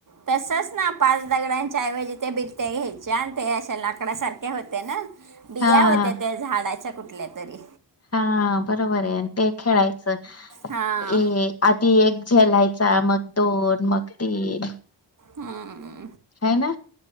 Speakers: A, on the right; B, on the left.
A: तसंच ना पाच दगडांच्याऐवजी ते बिट्टया घ्यायच्या आणि ते अशे लाकडा सारख्या होत्या ना. बिया
B: हा
A: होत्या त्या झाडाच्या कुठल्या तरी.
B: हा बरोबर ये ते खेळाय चो,
A: हां
B: ए आधी एक झेलायचा मग दोन मग तीन
A: हम्मम
B: हाय ना!